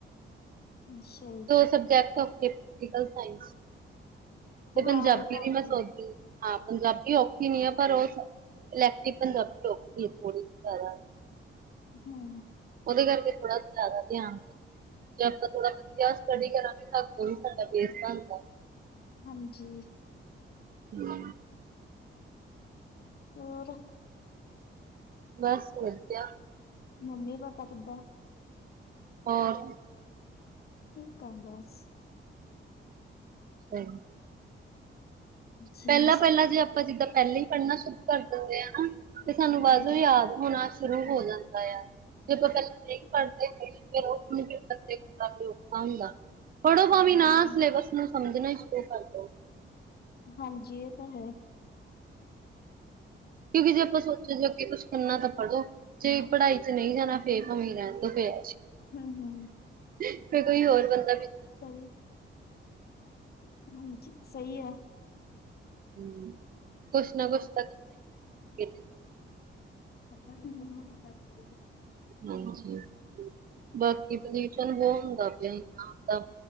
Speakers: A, on the left (about 50°); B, on the right (about 45°).
A: ਜਈ
B: ਦੋ ਸਬਜੈਕਟ ਓ ਪੁਲੀਟੀਕਲ ਸਾਇੰਸ ਤੇ ਪੰਜਾਬੀ
A: ਹਾਂ ਇਹ ਤਾਂ ਔਖੀ
B: ਵੀ ਮੈਂ ਸੋਚਦੀ ਹਾਂ ਪੰਜਾਬੀ ਔਖੀ ਨੀ ਆ ਪਰ ਓ ਇਲੈਕਟਿ ਪੰਜਾਬੀ ਔਖੀ ਥੋੜ੍ਹੀ ਜਾਦਾ
A: ਹੂੰ
B: ਉਹਦੇ ਕਰਕੇ ਥੋੜਾ ਜਾਦਾ ਧਿਆਨ ਜੇ ਆਪਾਂ ਥੋੜਾ ਵਧੀਆ ਸਟੱਡੀ ਕਰਾਂਗੇ ਤਦ ਵੀ ਸਾਡਾ ਬੇਸ ਬਣਦਾ।
A: ਹਾਂਜੀ
B: ਹੂੰ
A: ਹੋਰ
B: ਬਸ ਵਧੀਆ
A: ਮੰਮੀ ਪਾਪਾ ਕਿੱਦਾਂ
B: ਹੋਰ
A: ਠੀਕ ਆ ਬਸ
B: ਸਈ
A: ਜੀ
B: ਪੈਲਾਂ-ਪੈਲਾਂ ਜੇ ਆਪਾਂ ਜਿੱਦਾਂ ਪੈਲਾਂ ਹੀ ਪੜ੍ਹਨਾ ਸ਼ੁਰੂ ਕਰ ਦਿੰਦੇ ਆਂ। ਤੇ ਸਾਨੂੰ
A: ਹਾਂਜੀ,
B: ਵਧ ਵੀ ਯਾਦ ਹੋਣਾ ਸ਼ੁਰੂ ਹੋ ਜਾਂਦਾ ਆ। ਜੇ ਕੋਈ ਪੈਲਾਂ ਨਈ ਪੜ੍ਹਦੇ ਹੈਗੇ ਫਿਰ ਓ ਹੁਣ ਬੰਦੇ ਨੂੰ ਔਖਾ ਹੁੰਦਾ। ਪੜੋ ਭਾਵੇਂ ਨਾ
A: ਹਾਂ,
B: ਸਿਲੇਬਸ ਨੂੰ ਸਮਝਣਾ ਹੀ ਸ਼ੁਰੂ ਕਰ ਦੋ।
A: ਹਾਂਜੀ ਇਹ ਤਾਂ ਹੈ।
B: ਕਿਉਂਕਿ ਜੇ ਆਪਾਂ ਸੋਚੋ ਜ ਅੱਗੇ ਕੁਛ ਕਰਨਾ ਤਾਂ ਪੜ੍ਹੋ। ਜੇ ਪੜ੍ਹਾਈ 'ਚ ਨਹੀਂ ਜਾਣਾ ਫੇ ਭਾਵੇਂ ਰੈਣ ਤੋਂ ਫਿਰ ਐ
A: ਹੂੰ-ਹੂੰ
B: ਫੇਰ ਕੋਈ ਹੋਰ ਬੰਦਾ ਵੀ
A: ਸਈ ਹਾਂਜੀ ਸਈ ਆ।
B: ਹੂੰ ਕੁਛ ਨਾ ਕੁਛ ਤਾਂ ਕਰਨਾ ਈ ਪੈਣਾ
A: ਪਤਾ ਨਈ ਮੈਨੂੰ ਨੀ <unintelligible>
B: ਹਾਂਜੀ ਬਾਕੀ ਪੋਲਿਊਸ਼ਨ ਬੋਤ ਹੁੰਦਾ ਪਿਆ। ਹ